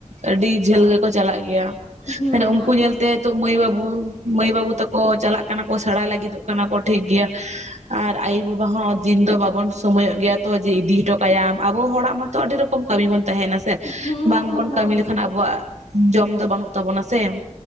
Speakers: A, on the right; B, on the left.
A: ᱟᱹᱰᱤ ᱡᱷᱟᱹᱞ ᱜᱮᱠᱚ ᱪᱟᱞᱟᱜ ᱜᱮᱭᱟ ᱾
B: ᱦᱮᱸ
A: ᱛᱟᱦᱞᱮ ᱩᱱᱼᱼ ᱠᱩ ᱧᱮᱞ ᱛᱮ ᱱᱤᱛᱚᱜ ᱢᱟᱹᱭ ᱵᱟᱹᱵᱩ ᱢᱟᱹᱭ ᱵᱟᱹᱵᱩ ᱛᱟᱠᱚ ᱪᱟᱞᱟᱜ ᱠᱟᱱᱟ ᱠᱚ ᱥᱮᱬᱟ ᱞᱟᱹᱜᱤᱫᱚᱜ ᱠᱟᱱᱟ ᱠᱚ ᱴᱷᱤᱠ ᱜᱮᱭᱟ ᱾ ᱟᱨ ᱟᱭᱳ ᱵᱟᱵᱟ ᱦᱚᱸ ᱫᱤᱱ ᱫᱚ ᱵᱟᱵᱚᱱ ᱥᱚᱢᱚᱭᱚᱜ ᱜᱮᱭᱟ ᱛᱚ ᱡᱮ ᱤᱫᱤ ᱦᱚᱴᱚ ᱠᱟᱭᱟᱢ ᱟᱵᱚ ᱦᱚᱲᱟᱜ ᱢᱟᱼᱼ ᱛᱚ ᱟᱹᱰᱤ ᱨᱚᱠᱚᱢ ᱠᱟᱹᱢᱤ ᱵᱚᱱ ᱛᱟᱦᱮᱱᱟ ᱾
B: ᱦᱮᱸ
A: ᱵᱟᱝ
B: ᱵᱟᱠᱷᱟᱱ
A: ᱵᱚᱱ
B: ᱫᱚ
A: ᱠᱟᱹᱢᱤ ᱞᱮᱠᱷᱟᱱ ᱟᱵᱚᱣᱟᱜ ᱡᱚᱢ ᱫᱚ ᱵᱟᱹᱱᱩᱜ ᱛᱟᱵᱚᱱᱟ ᱥᱮ ᱾